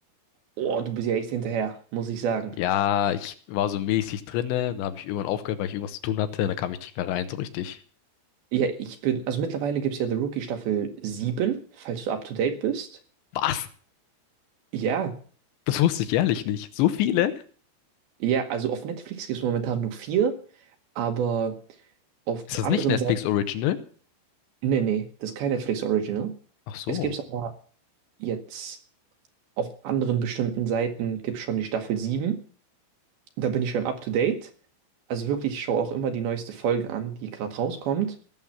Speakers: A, on the right (about 70°); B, on the left (about 80°).
A: Boah, du bist ja echt hinterher, muss ich sagen.
B: Ja, ich war so mäßig drinne. Da habe ich irgendwann aufgehört, weil ich irgendwas zu tun hatte. Da kam ich nicht mehr rein, so richtig.
A: Ja, ich bin, also mittlerweile gibt es ja The Rookie Staffel sieben falls du up to date bist.
B: Was?
A: Ja,
B: Das wusste ich ehrlich nicht. So viele?
A: ja, also auf Netflix gibt es momentan nur vier, aber auf
B: Ist das
A: anderen
B: nicht Netflix
A: Seiten.
B: Original?
A: Nee, nee, das ist kein Netflix Original.
B: Ach so.
A: Es gibt es aber jetzt auf anderen bestimmten Seiten gibt es schon die Staffel sieben Da bin ich schon up to date. Also wirklich, ich schaue auch immer die neueste Folge an, die gerade rauskommt.